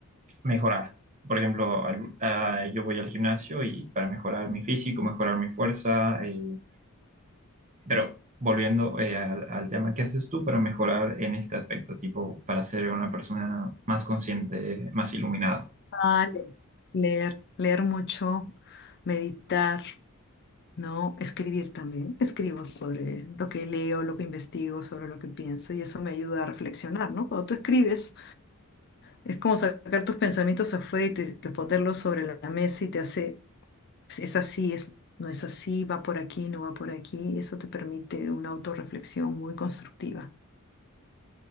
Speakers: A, on the right; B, on the left.
A: mejorar? Por ejemplo, al- ah, yo voy al gimnasio y para mejorar mi físico, mejorar mi fuerza, eh, pero volviendo eh, al, al tema, ¿qué haces tú para mejorar en este aspecto? Tipo, para ser una persona más consciente, más iluminada.
B: Vale. Leer, leer mucho, meditar, ¿no? Escribir también. Escribo sobre lo que leo, lo que investigo, sobre lo que pienso y eso me ayuda a reflexionar, ¿no? Cuando tú escribes, es como sacar tus pensamientos afuera y te, te ponerlos sobre la mesa y te hace pues, es así, es, no es así, va por aquí, no va por aquí. Eso te permite una autorreflexión muy constructiva.